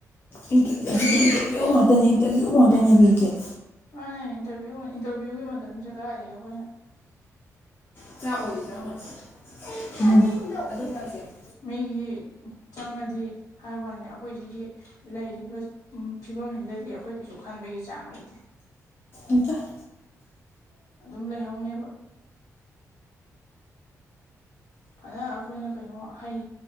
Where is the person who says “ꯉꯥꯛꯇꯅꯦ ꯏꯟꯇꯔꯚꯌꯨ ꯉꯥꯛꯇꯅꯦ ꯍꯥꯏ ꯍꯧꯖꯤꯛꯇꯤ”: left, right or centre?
Left